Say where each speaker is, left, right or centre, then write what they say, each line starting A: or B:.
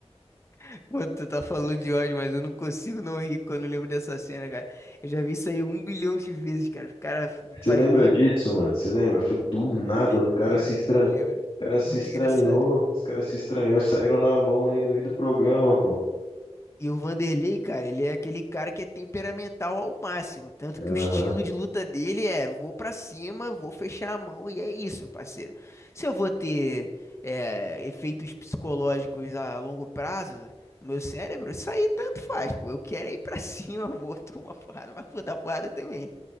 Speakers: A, on the left; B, on the left.
A: <laughs> Mano, tu tá falando de ódio, mas eu não consigo não rir quando eu lembro dessa cena, cara. Eu já vi isso aí um bilhão de vezes, cara. O cara
B: Você
A: faz
B: lembra
A: meme.
B: disso, mano? Você lembra? Foi do nada, os
A: Lembro,
B: caras se estran...
A: cara,
B: o
A: lembro.
B: cara se
A: Muito
B: estranhou,
A: engraçado.
B: os caras se estranhou, e saíram na mão ali no meio do programa, pô.
A: E o Vanderlei, cara, ele é aquele cara que é temperamental ao máximo. Tanto
B: Aham,
A: que o estilo de luta dele é: vou pra cima, vou fechar a mão, e é isso, parceiro. Se eu vou ter é, efeitos psicológicos a longo prazo no meu cérebro, isso aí tanto faz, pô. Eu quero é ir pra cima, <laughs> vou tomar porrada, mas vou dar porrada também.